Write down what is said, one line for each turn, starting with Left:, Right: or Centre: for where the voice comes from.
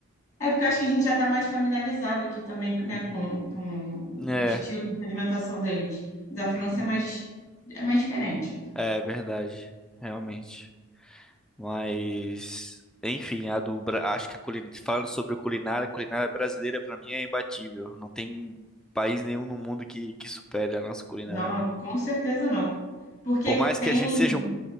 Left: É porque eu acho que a gente já tá mais familiarizado aqui também, né, com, com o
Centre: É,
Left: estilo de alimentação deles. Da França é mais, é mais diferente,
Centre: é verdade, realmente. Mas, enfim, a do, Bra- acho que a culinária, falando sobre culinária, a culinária brasileira pra mim é imbatível. Não tem país nenhum no mundo que, que supere a nossa culinária,
Left: Não,
Centre: não.
Left: com certeza não. Porque
Centre: Por mais
Left: tem.
Centre: que a gente seja um...